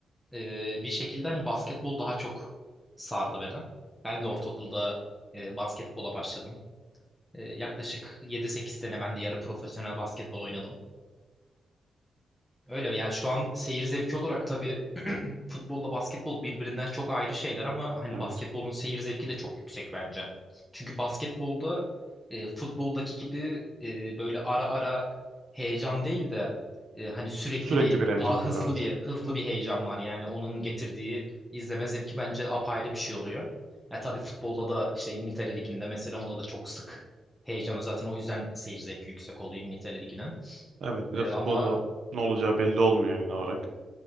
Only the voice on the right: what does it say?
Evet.
Sürekli
bir heyecan
var evet.
Evet bir
de futbolda
ne olacağı belli olmuyor genel olarak.